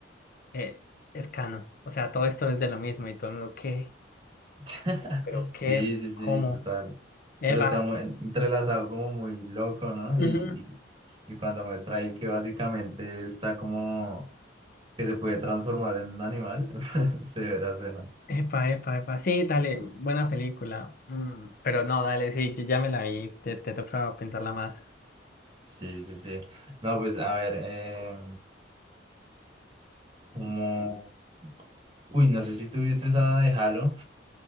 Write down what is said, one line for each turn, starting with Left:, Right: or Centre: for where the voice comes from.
Left: Eh, es canon. O sea, todo esto es de lo mismo y todo el mundo, ¿qué?
Right: <laughs>
Left: ¿Pero qué?
Right: Sí, sí, sí,
Left: ¿Cómo?
Right: total.
Left: Eva.
Right: Pero está muy entrelazado como muy loco, ¿no? Y,
Left: Ujú.
Right: y cuando muestra ahí que básicamente está como que se puede transformar en un animal, <laughs> se verá cena.
Left: Epa, epa, epa. Sí, dale, buena película. Mm, pero no, dale, sí, yo ya me la vi, te, te toca pensarla más.
Right: Sí, sí, sí. No, pues a ver, eh, como... Uy, no sé si tuviste esa de Halo.